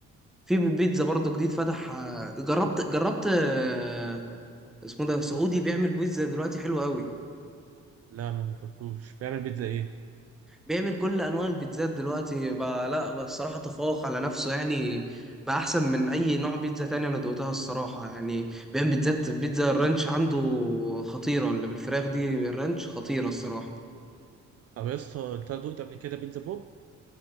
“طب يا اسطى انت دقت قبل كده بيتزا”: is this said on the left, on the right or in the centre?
Right